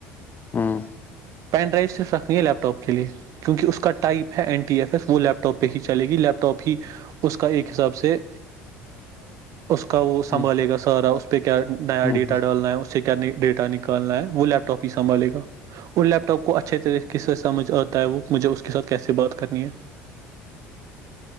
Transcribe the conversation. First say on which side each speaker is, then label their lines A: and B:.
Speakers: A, on the left; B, on the right.
A: ہاں
B: پین ڈرائیو صرف رکھنی ہے لی ٹاپ کے لیے کیونکہ اس کا ٹائپ ہے این ٹی ایف ایس وہ لیپ ٹاپ پہ ہی چلے گی لیپ ٹاپ ہی اس کا ایک حساب سے اس کا وہ سنبھالے
A: ہوں
B: گا سارا اس پہ کیا نیا
A: ہوں
B: ڈیٹا ڈالنا ہے سے کیا نہیں ڈیٹا نکالنا ہے وہ لیپٹاپ ہی سنبھالے گا اور لیپ ٹاپ کو اچھے طریقے سے سمجھ آتا ہے وہ مجھے اس کے ساتھ کیسے بات کرنی ہے
A: <inaudible>